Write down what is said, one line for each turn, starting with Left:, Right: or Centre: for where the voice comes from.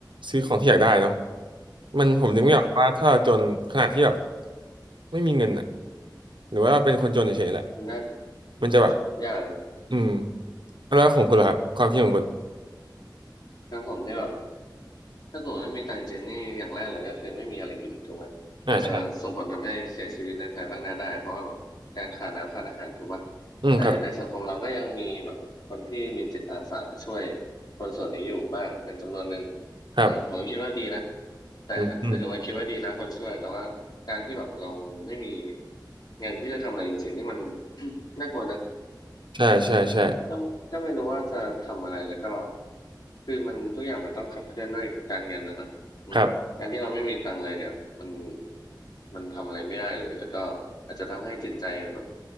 Right: ซื้อของที่อยากได้เนาะมันผมนึกไม่ออกว่าถ้าเราจนขนาดที่แบบ
Left: อืม
Right: ไม่มีเงินอ่ะหรือว่าเป็นคนจนเฉยๆแหละ
Left: น่า
Right: มันจะแบบ
Left: น่าจะยากนะ
Right: อืมแล้วของคุณล่ะครับความคิดของคุณ
Left: ครับผมนี่แบบถ้าสมมติไม่มีตังค์จริงๆนี่อย่างแรกเลยก็คือไม่มีอะไรกินถูกไหมอาจจะส่งผลทำให้เสียชีวิตในภายภาคหน้าได้เพราะว่าแบบการขาดน้ำขาดอาหารถูกปะ
Right: อ่าใช่อืมครับ
Left: แต่ในสังคมเราก็ยังมีแบบคนที่มีจิตอาสาช่วยคนส่วนนี้อยู่บ้างเป็นจำนวนหนึ่ง
Right: ครับ
Left: อืมผมก็คิดว่าดีนะแต่หมายถึงว่าคิดว่าดีนะคนช่วยแต่ว่าการที่แบบเราไม่มี
Right: อืมอืม
Left: เงินที่จะทำอะไรจริงๆนี่มัน <coughs> <clears throat> น่ากลัวนะ
Right: ใช่ใช่ใช่
Left: ก็ก็ไม่รู้ว่าจะทำอะไรแล้วก็คือมันทุกอย่างมันต้องขับเคลื่อนด้วยการเงินนะเนอะอืมการที่เราไม่มีตังค์เลยเนี่ยมัน
Right: ครับ
Left: มันทำอะไรไม่ได้เลยแล้วก็อาจจะทำให้จิตใจแบบ